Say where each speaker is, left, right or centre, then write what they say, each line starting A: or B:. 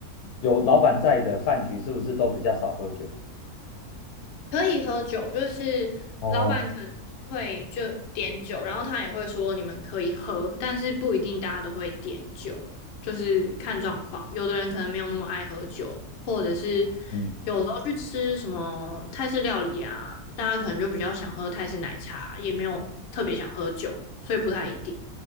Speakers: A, on the left; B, on the left.
A: 有老板在的饭局，是不是都比较少喝酒？
B: 可以喝酒，就是老板可能会就点酒，
A: 哦，
B: 然后他也会说你们可以喝，但是不一定大家都会点酒，就是看状况。有的人可能没有那么爱喝酒，或者是
A: 嗯
B: 有时候去吃什么泰式料理啊，大家可能就比较想喝泰式奶茶，也没有特别想喝酒，所以不太一定。